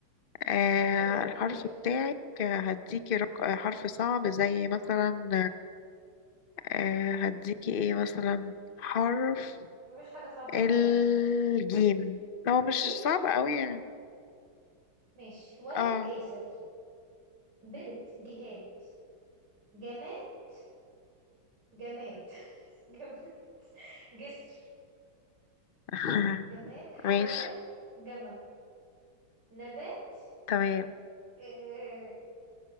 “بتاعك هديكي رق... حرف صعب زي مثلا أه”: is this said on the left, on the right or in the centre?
Left